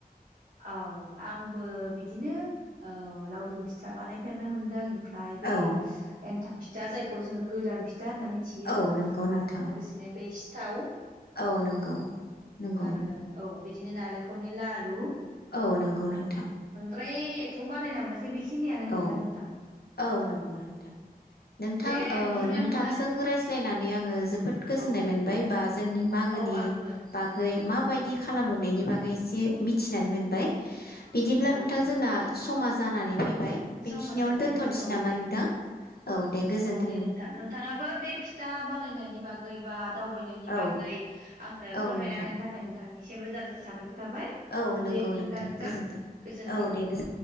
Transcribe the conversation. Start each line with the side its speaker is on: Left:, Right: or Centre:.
Right: औ आंबो बिद बिदिनो ओ लावदुम फिथा बानायफेरनो मोन्दों। ओमफ्राय बे
Left: औ
Right: एन्थाब फिथ दा जायखौ जोङो गोरान फिथ था होनना मिथियो
Left: औ नंगौ नोंथां
Right: आरो लोगोसेनो
Left: औ
Right: बै थाव
Left: औ नंगौ नंगौ
Right: आरो औ बिदिनो नालेंख खरनि लारु
Left: औ नंगौ नोंथां।
Right: बै एथ' बानायना मोनाखै। बेखिनियानो मोनदों
Left: औ
Right: नोंथां
Left: औ नंगौ नोंथां नोंथां
Right: दे
Left: ओ
Right: बिदिब्ला
Left: नोंथांजों
Right: नोंथां
Left: रायज्लायनानै आङो जोबोद गोजोननाय
Right: औ
Left: मोनबाय बा जोंनि मागोनि
Right: औ आंबो
Left: बागै माबायदि
Right: औ
Left: खालामो बेनि बागै एसे मिथिनानै मोनबाय। बिदिब्ला
Right: औ
Left: नोंथां
Right: औ
Left: जोंना समा जानानै फैबाय बेखिनियावनो
Right: समा जाबाय
Left: दोनथ'नोसै
Right: नोंथां औ
Left: नामा
Right: दे
Left: नोंथां? औ दे गोजोन्थों
Right: औ दे नोंथां नोंथाङाबो बे फिथा बानायनायनि बागै बा दावबायनायनि बागै
Left: औ
Right: आंनो
Left: औ
Right: फोरमायना
Left: नोंथां
Right: होनायनि थाखाय नोंथांनि रोजा रोजा साबाखर जाबाय
Left: औ नंगौ
Right: दे बिदिब्ला नोंथां
Left: गोजोन्थों।
Right: गोजोन्थों।
Left: औ दे गोजोन